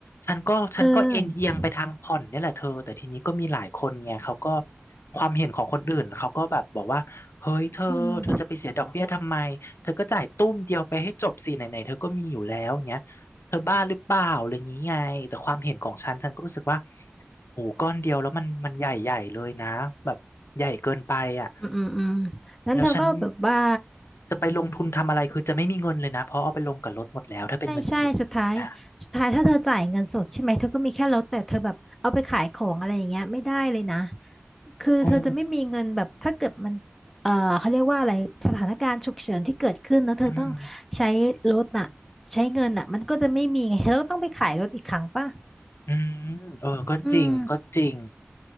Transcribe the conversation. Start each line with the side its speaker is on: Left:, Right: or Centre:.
Left: ฉันก็ ฉันก็เอ็นเอียงไปทางผ่อนเนี่ยแหละเธอ
Centre: เออ
Left: แต่ทีนี้ก็มีหลายคนไงเขาก็ความเห็นของคนอื่นเขาก็แบบบอกว่าเฮ้ยเธอ
Centre: อืม
Left: เธอจะไปเสียดอกเบี้ยทำไมเธอก็จ่ายตุ้มเดียวไปให้จบสิไหนๆเธอก็มีอยู่แล้วเงี้ยเธอบ้าหรือเปล่าอะไรอย่างนี้ไงแต่ความเห็นของฉันฉันก็รู้สึกว่าโอ้ก้อนเดียวแล้วมันมันใหญ่ใหญ่เลยนะแบบใหญ่เกินไปอ่ะ
Centre: อืมอืมอืมนั้นเธอก็แบบว่า
Left: แล้วฉันจะไปลงทุนทำอะไรคือจะไม่มีเงินเลยนะเพราะเอาไปลงกับรถหมดแล้วถ้าเป็นเงินสดนะ
Centre: ใช่ใช่สุดท้ายสุดท้ายถ้าเธอจ่ายเงินสดใช่ไหมเธอก็มีแค่ลดแต่เธอแบบเอาไปขายของอะไรอย่างเงี้ยไม่ได้เลยนะคือเธอจะไม่มีเงินแบบถ้าเกิดมันเอ่อเขาเรียกว่าอะไรสถานการณ์ฉุกเฉินที่เกิดขึ้นแล้วเธอต้องใช้รถน่ะใช้เงินน่ะมันก็จะไม่มีไงเธอก็ต้องไปขายรถอีกครั้งป่ะ
Left: โอ้อืมอืมเออก็จริง
Centre: อืม
Left: ก็จริง